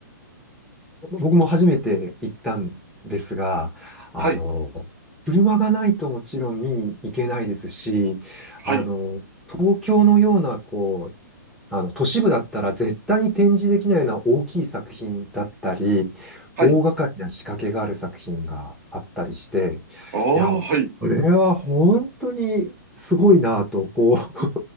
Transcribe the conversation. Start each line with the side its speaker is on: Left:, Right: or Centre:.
Centre: 僕も初めて行ったんですが、あの、
Right: はい、
Centre: 車がないともちろん見に行けないですし、あの、
Right: はい、
Centre: 東京のような、こう、あの、都市部だったら絶対に展示できないような大きい作品だったり、
Right: はい。
Centre: 大掛かりな仕掛けがある作品があったりして、
Right: おはい。
Centre: いや、これは本当にすごいなと、こう、